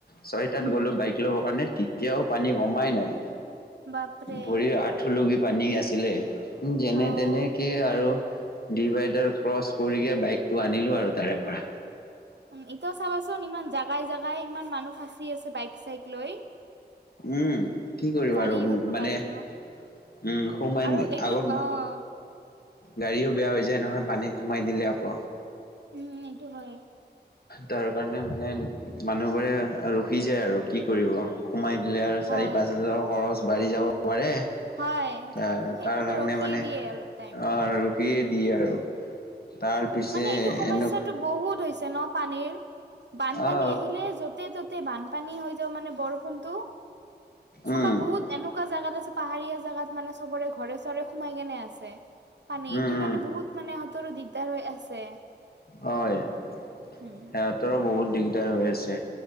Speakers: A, on the left (about 60°); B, on the right (about 85°).
A: ছয়টাত
B: উম
A: গ'লো বাইক ল'বৰ কাৰণে তেতিয়াও পানী কমাই নাই।
B: বাপৰে
A: ভৰিৰ আঁঠুুলৈকে পানী আছিলে। যেনে
B: অ',
A: তেনেকে আৰু ডিভাইডাৰ ক্ৰচ কৰিকে বাইকটো আনিলোঁ আৰু তাৰেপৰা।
B: উম, এতিয়া চাবাচোন ইমান জাগাই জাগাই ইমান মানুহ ফাঁচি আছে বাইক চাইক লৈ।
A: উম। কি কৰিবা
B: গাড়ীয়ে
A: আৰু
B: হওক বা
A: মানে,
B: বাইকে হওক
A: উম, সোমাইন
B: আৰু এইটো
A: আগত
B: অ',
A: গাড়ীও বেয়া হৈ যায় নহয় পানীত সোমাই দিলে আকৌ।
B: উম, এইটো হয়।
A: তাৰ কাৰণে মানে মানুহবোৰে ৰখি যায় আৰু কি কৰিব। সোমাই দিলে আৰু চাৰি
B: হয়,
A: পাঁচ হাজাৰৰ খৰচ বাঢ়ি যাব পাৰে।
B: হয়।
A: তাৰ
B: সেইকাৰণে
A: তাৰ কাৰণে
B: ৰখিয়ে
A: মানে
B: দিয়ে অলপ টাইম
A: <unintelligible> দিয়ে দিয়ে আৰু। তাৰ পিছে
B: মানে এইটো সমস্যাটো
A: এনে
B: বহুত হৈছে ন' পানীৰ? বানপানী
A: অ
B: আহিলে য ত'তে ত'তে বানপানী হৈ যাওঁ মানে বৰষুণটো। চাবা
A: উম
B: বহুত এনেকুৱা জাগাত আছে, পাহাৰীয়া জাগাত মানে চবৰে ঘৰে চৰে সোমাই কেনে আছে। ছে, পানী
A: উম,
B: এইটো
A: উম,
B: কাৰণে বহুত মানে ইহঁতৰো দিগদাৰ হৈ আছে।
A: হয়, সিহঁতৰো
B: উম,
A: বহুত দিগদাৰ হৈ আছে।